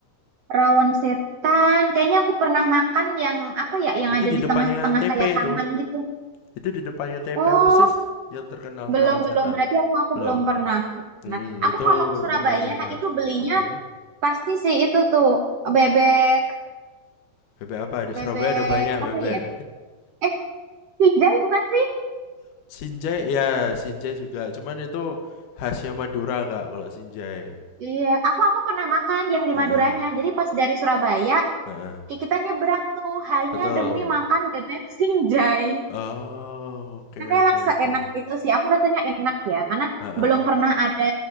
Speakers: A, on the right (about 80°); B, on the left (about 70°).
A: Rawon setan. Kayaknya aku pernah makan yang apa ya, yang
B: Itu
A: ada
B: di
A: di
B: depannya
A: tengah-tengah
B: TP
A: kayak taman
B: itu.
A: gitu.
B: Itu di depannya TP
A: Oh,
B: persis yang terkenal
A: belum
B: rawon setan.
A: belum berarti aku aku
B: Belum.
A: belum pernah.
B: Mm-mm,
A: Nah, aku
B: itu
A: kalau ke Surabaya
B: lumayan enak.
A: itu belinya
B: Oke.
A: pasti sih itu tuh bebek
B: Bebek apa? Di Surabaya
A: bebek
B: ada banyak bebek.
A: apa ya? Eh, Kijai bukan sih?
B: <laughs> Sinjai, ya Sinjai juga. Cuman itu khasnya Madura, Kak, kalau Sinjai.
A: Iya, aku aku pernah makan yang di
B: Heeh,
A: Maduranya. Jadi pas dari Surabaya,
B: heeh.
A: ki- kita nyebrang tuh hanya
B: Betul.
A: demi makan bebek sinjai.
B: Oh, oke
A: Tapi
B: oke
A: emang seenak
B: oke.
A: itu sih. Aku rasanya enak ya, karena
B: Heeh,
A: belum pernah ada